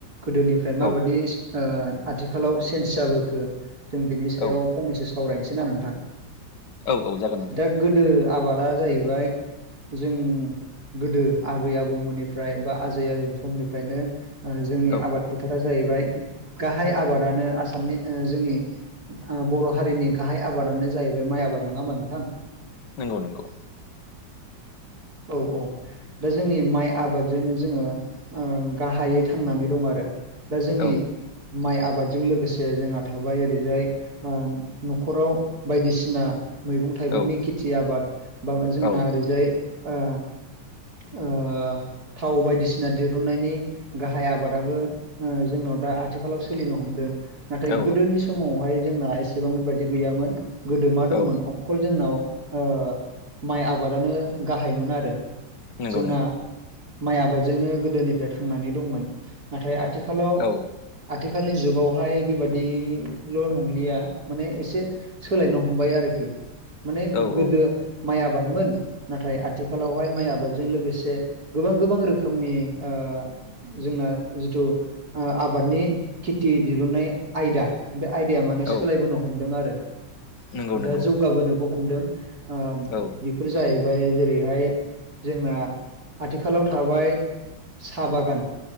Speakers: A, on the right; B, on the left.
A: गोदोनि ओमफ्राय माबादि
B: औ
A: ओ आथिखालाव चेन्स जाबोखो जों बिनि सायाव
B: औ
A: फंनैसो सावरायनो सैना नोंथां
B: औ औ जागोन नोंथां
A: दा गोदो आबादा जाहैबाय जों गोदो आबै आबौमोननिफ्राय बा आजै आजै समनिफ्रायनो जोंनि
B: औ
A: आबाद फोथारा जाहैबाय गाहाय आबादानो आसामनि ओ जोंनि ओ बर' हारिनि गाहाय आबादानो जाहैबाय माइ आबाद नङामा नोंथां
B: नंगौ-नंगौ
A: औ-औ दा जोंनि माइ आबादजोंनो जोङो ओ गाहायै थांनानै दं आरो दा जोंनि
B: औ
A: माइ आबादजों लोगोसे जोंहा थाबाय ओरैजाय ओ न'खराव बायदिसिना मैगं थाइगंनि
B: औ
A: खेथि आबाद बा जोंना
B: औ
A: ओरैजाय ओ ओ थाव बायदिसिना दिरुननायनि गाहाय आबादाबो ओ जोंनाव दा आथिखालाव सोलिनो हमदों नाथाय
B: औ
A: गोदोनि समावहाय जोंना एसेबां बेबायादि गैयामोन गोदो मा दंमोन
B: औ
A: अ खल जोंनाव ओ माइ आबादानो गाहायमोन आरो।
B: नंगौ
A: जोंना
B: नंगौ
A: माइ आबादजोंनो गोदोनिफ्राय थांनानै दंमोन। नाथाय आथिखालाव
B: औ
A: आथिखालनि जुगावहाय बेबादिल' नंलिया माने एसे सोलायनो हमबाय आरोखि माने
B: औ
A: गोदो
B: औ
A: माइ आबादमोन नाथाय आथिखालाव बेवहाय माइ आबादजों लोगोसे गोबां-गोबां रोखोमनि ओ जोंना जिथु ओ आबादनि खेथि दिहुननाय आयदा बे आयदाया माने सोलायबोनो
B: औ
A: हमदों आरो
B: नंगौ नंगौ
A: दा जौगाबोनोबो हमदों। ओ
B: औ
A: बेफोर जाहैबाय जेरैहाय जोंना आथिखालाव थाबाय साहा बागान